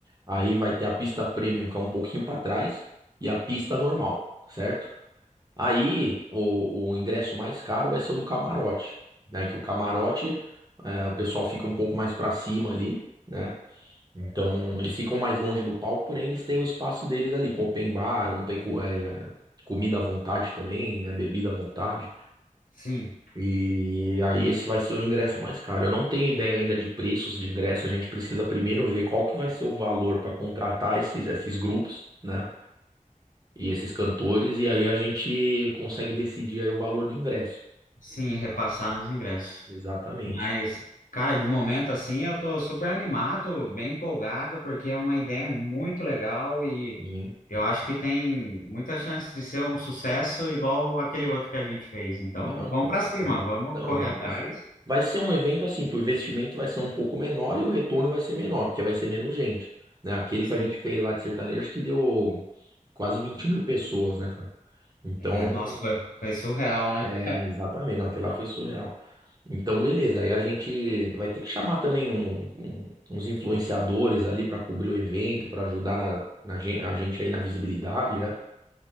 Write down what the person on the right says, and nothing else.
Aí vai ter a pista premium, que é um pouquinho para trás, e a pista normal, certo? Aí o, o ingresso mais caro vai ser o do camarote, né? Que o camarote, é, o pessoal fica um pouco mais para cima ali, né? Então eles ficam mais longe do palco, porém eles têm o espaço deles ali, com open bar, um, pe- co- é, comida à vontade também, né? Bebida à vontade.
E aí esse vai ser o ingresso mais caro. Eu não tenho ideia ainda de preços de ingresso. A gente precisa primeiro ver qual que vai ser o valor para contratar esses, esses grupos, né? E esses cantores. E aí a gente consegue decidir aí o valor do ingresso.
Tá.
Exatamente.
Sim.
Não,
com
certeza.
Não,
vamos
pra cima. Vai ser um evento assim que o investimento vai ser um pouco menor e o retorno vai ser menor, porque vai ser menos gente, né? Aquele
que a gente fez lá de sertanejo que deu quase 20 mil pessoas, né, cara? Então,
É, exatamente, não, aquilo lá foi surreal. Então, beleza, aí a gente vai ter que chamar também um- um- uns influenciadores ali para cobrir o evento, para ajudar na, na gen- a gente aí na visibilidade, né?